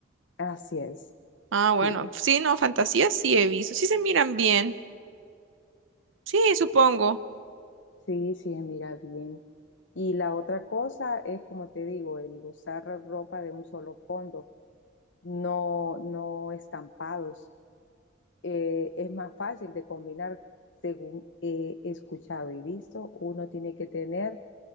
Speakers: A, on the left; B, on the right.
A: Así es,
B: Ah,
A: sí,
B: bueno. Sí, no, fantasía sí he visto. Sí se miran bien. Sí, supongo.
A: sí, sí, se mira bien. Y la otra cosa es, como te digo, el usar ropa de un solo fondo, no, no estampados eh, es más fácil de combinar según eh, he escuchado y visto. Uno tiene que tener,